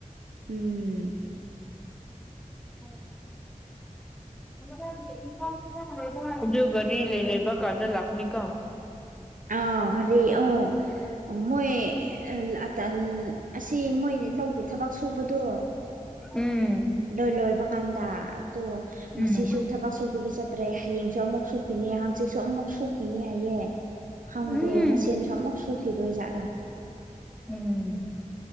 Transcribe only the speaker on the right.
ꯎꯝ ꯎꯝ
ꯑꯥ ꯒꯔꯤ ꯑꯣ ꯑꯥ ꯃꯣꯏ ꯑꯦꯜ ꯑꯇꯜ ꯑꯁꯤ ꯃꯣꯏꯅ ꯂꯧꯒꯤ ꯊꯕꯛ ꯁꯨꯕꯗꯣ
ꯂꯣꯏ ꯂꯣꯏꯕꯀꯥꯟꯗ ꯑꯗꯣ
ꯉꯁꯤꯁꯨ ꯊꯕꯛ ꯁꯨꯕꯒꯤ ꯆꯠꯇ꯭ꯔꯦ ꯍꯌꯦꯡꯁꯨ ꯑꯃꯨꯛ ꯁꯨꯈꯤꯅꯤ ꯍꯥꯡꯆꯤꯠꯁꯨ ꯑꯃꯨꯛ ꯁꯨꯈꯤꯅꯤ ꯍꯥꯏꯌꯦ ꯈꯪꯗꯦ
ꯃꯁꯦꯝꯁꯨ ꯑꯃꯨꯛ ꯁꯨꯈꯤꯗꯣꯏ ꯖꯥꯠꯔꯥ